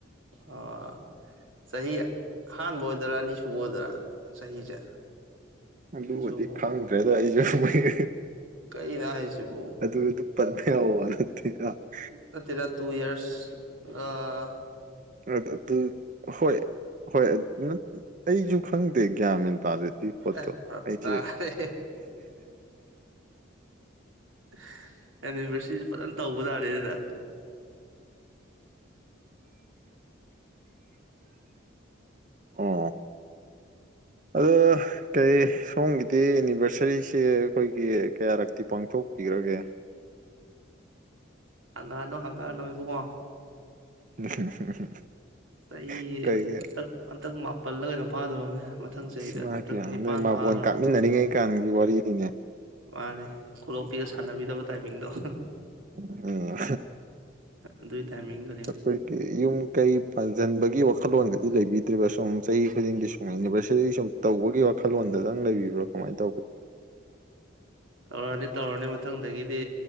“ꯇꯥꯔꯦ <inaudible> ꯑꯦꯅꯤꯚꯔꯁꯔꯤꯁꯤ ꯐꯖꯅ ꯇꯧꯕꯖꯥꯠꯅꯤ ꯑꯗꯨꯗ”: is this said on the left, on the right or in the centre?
Right